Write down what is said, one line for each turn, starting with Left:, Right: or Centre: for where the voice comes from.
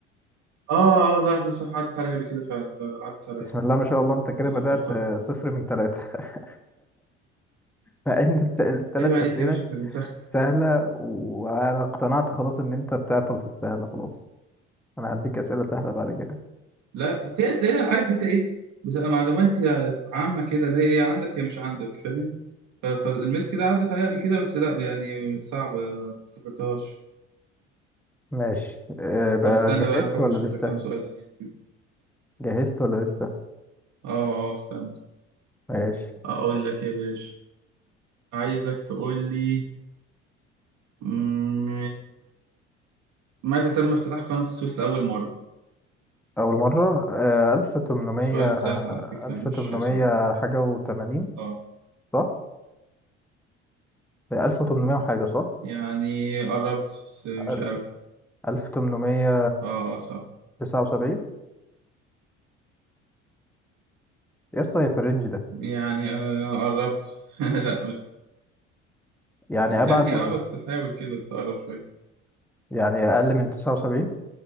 Right: اه اه لا صح صح عدت عليا قبل كده فعلا لا، لا، عدت عليا
Centre: بسم الله ما شاء الله أنت كده
Right: تذكرتها
Centre: بدأت آه، صفر من ثلاثة <laughs> مع إن الثلاث
Right: عيب عليك
Centre: أسئلة
Right: يا باشا احنا بنسخن
Centre: سهلة وأنا اقتنعت خلاص إن أنت بتعطل في السهلة خلاص أنا هديك أسئلة سهلة بعد كده
Right: لا في اسئله أنا عارف انت ايه بتبقى معلومات عامه كده لا هي عندك يا مش عندك فاهم ف- فالمسك ده عدت عليا قبل كده بس لا يعني صعبه ما افتكرتهاش
Centre: ماشي أه بقى
Right: طب استنى
Centre: جهزت
Right: بقى انا احاول
Centre: ولا
Right: اشوف
Centre: لسه؟
Right: لك كام سؤال لذيذ كده.
Centre: جهزت ولا لسه؟
Right: اه اه استنى
Centre: ماشي
Right: اقول لك يا باشا عايزك تقول لي مم، متى تم افتتاح قناة السويس لأول مرة
Centre: أول مرة آه، ألف تمنمية
Right: سؤال سهل على فكرة
Centre: ألف
Right: مش
Centre: تمنمية
Right: صعب
Centre: حاجة وتمانين
Right: اه
Centre: صح؟ آه، ألف تمنمية وحاجة صح؟
Right: يعني قربت بس مش
Centre: ألف
Right: قوي
Centre: ألف تمنمية
Right: اه اه صح
Centre: تسعة وسبعين يا اسطى هي في الرينج ده
Right: يعني آه قربت <laughs> لا مش
Centre: يعني
Right: يعني
Centre: أبعد ولا
Right: اه بس حاول كده تقرب شوية
Centre: يعني أقل من تسعة وسبعين